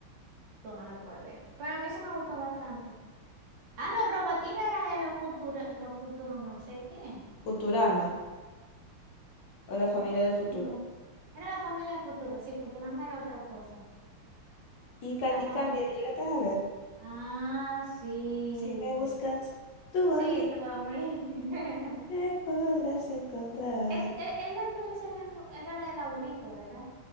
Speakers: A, on the right; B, on the left.
A: Tú no lo puedes ver. Pero a mí sí me gustó bastante. Ah, no, Robotina era de los futuros, los futuros no sé qué.
B: Futurama o la familia
A: Era,
B: del futuro.
A: no. Era la familia del futuro. Sí, Futurama era otra cosa.
B: Y Candy
A: La familia.
B: Candy, ¿la llegaste a ver?
A: Ah, sí.
B: Si me buscas, tú
A: Sí,
B: a mí
A: tu familia. <laughs>
B: me podrás encontrar.
A: Es, es, es la que le sale- era la del abuelito, ¿verdad?